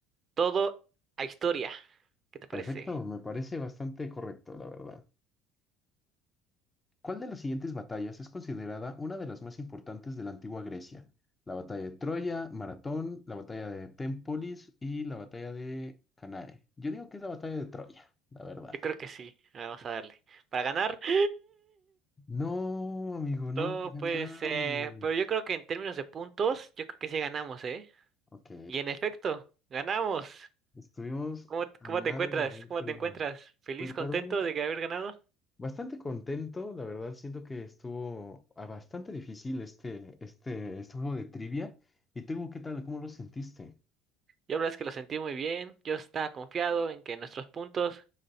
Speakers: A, on the right; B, on the left.
A: todo a historia? ¿Qué te parece?
B: Perfecto, me parece bastante correcto, la verdad. ¿Cuál de las siguientes batallas es considerada una de las más importantes de la antigua Grecia? La batalla de Troya, Maratón, la batalla de Tempolis y la batalla de Canae. Yo digo que es la batalla de Troya, la verdad.
A: Yo creo que sí, a ver, vamos a darle. Para ganar, <gasps>
B: No, amigo, no
A: todo
B: ganamos.
A: pues, eh, pero yo creo que en términos de puntos, yo creo que sí ganamos, ¿eh?
B: Ok,
A: Y en efecto, ganamos.
B: estuvimos
A: ¿Cómo,
B: a
A: cómo
B: nada
A: te encuentras?
B: de haber
A: ¿Cómo
B: peleado.
A: te encuentras? ¿Feliz,
B: Pues la
A: contento
B: verdad,
A: de que haber ganado?
B: bastante contento, la verdad, siento que estuvo ah, bastante difícil este, este, este juego de trivia. ¿Y tú qué tal? ¿Cómo lo sentiste?
A: Yo la verdad es que lo sentí muy bien, yo estaba confiado en que nuestros puntos